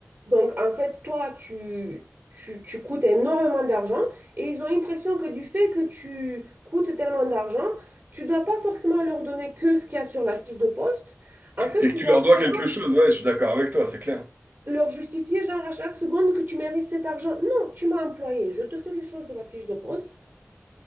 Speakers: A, on the right (about 60°); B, on the right (about 45°).
A: Donc, en fait, toi, tu, tu, tu coûtes énormément d'argent et ils ont l'impression que du fait que tu coûtes tellement d'argent, tu dois pas forcément leur donner que ce qu'il y a sur la fiche de poste. En fait,
B: Et
A: tu
B: que tu
A: dois
B: leur
A: vraiment
B: dois quelque chose, ouais, je suis d'accord avec toi, c'est clair.
A: leur justifier, genre, à chaque seconde que tu mérites cet argent. Non, tu m'as employé, je te fais les choses de la fiche de poste.